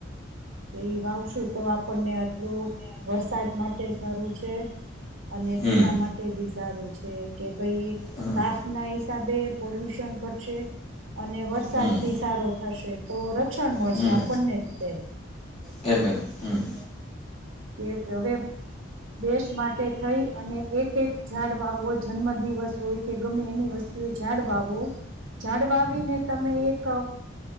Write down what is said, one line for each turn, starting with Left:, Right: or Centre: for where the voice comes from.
Right: એ વાવશો તો આપણને એટલું વરસાદ માટે સારું છે અને
Left: હમ
Right: પહેલાં માટે બી સારું છે. છે કે. ભઈ
Left: હમ
Right: તાપના હિસાબે પોલ્યુશન ઘટશે અને વરસાદ
Left: હમ
Right: ભી સારો થશે તો રક્ષણ મળશે
Left: હમ
Right: આપણને જ તે.
Left: એમ એમ હમ્મ.
Right: કે હવે દેશ માટે થઈ અને એક-એક જાઝાડ વાવો જન્મદિ દિવસ હોય કે ગમે એની વસ્તુ ઝાડ વાવો. ઝાડ વાવીને તમે એક